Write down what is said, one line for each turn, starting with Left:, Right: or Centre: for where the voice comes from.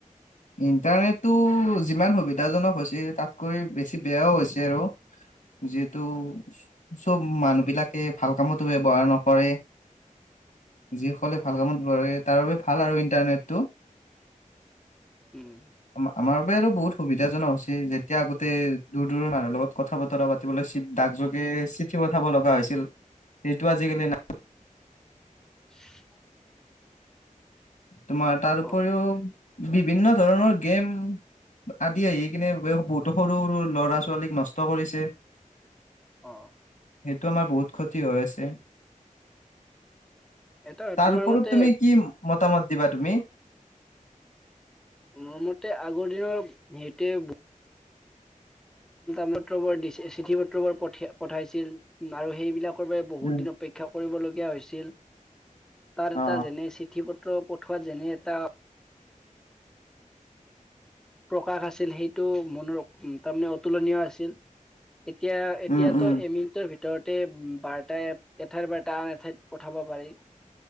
Left: ইণ্টাৰনেটটো যিমান সুবিধাজনক হৈছিল তাত কৰি বেছ বেয়াও হৈছে আৰু। যিহেতু চব মানুহ বিলাকে ভাল কামতো ব্যৱহাৰ নকৰে যিসকলে
Centre: অ',
Left: ভাল কামত ধৰে তাৰ বাবে ভাল আৰু ইণ্টাৰনেটটো।
Centre: উম,
Left: আমাৰ আমাৰ বাবে এইটো বহুত সুবিধা <inaudible> যেতিয়া আগতে তোৰ দূৰৈৰ মানুহৰ লগত কথা বতৰা পাতিবলৈ ডাক জোগে চিঠি পঠাব লগা হৈছিল। সেইটো আজিকালি নাই।
Centre: <inaudible>
Left: তোমাৰ তাৰ উপৰিও
Centre: অ',
Left: বিভিন্ন ধৰণৰ গেম আদি আহি কিনে বহুতো সৰু সৰু ল'ৰা ছোৱালীক নষ্ট কৰিছে।
Centre: অ',
Left: সেইটো আমাৰ বহুত ক্ষতি হৈ আছে। <inaudible>
Centre: এটা
Left: তাৰ
Centre: তোমাৰ
Left: ওপৰত
Centre: মতে
Left: তুমি কি? দুটা মত দিবা তুমি
Centre: মোৰ মতে আগৰ দিনৰ সেইতে পত্ৰবোৰ দিছে, চিঠি পত্ৰবোৰ পঠাইছিল আৰু সেইবিলাক বহুত
Left: উম
Centre: দিন অপেক্ষা কৰিবলগীয়া হৈছিল তাৰ এটা
Left: অ
Centre: যেনে চিঠি পত্ৰ পত্ৰ পঠোৱা যেনে এটা প্ৰ প্ৰকাশ আছিল সেইটো মনোৰম উ তাৰমানে অতুলনীয় আছিল। এতিয়া এতিয়াতো
Left: উম উম
Centre: এ মিনিটৰ ভিতৰত ভিতৰতে বাৰ্তাই এঠাইৰ বাৰ্তা আন এঠাইত পঠাব পাৰি।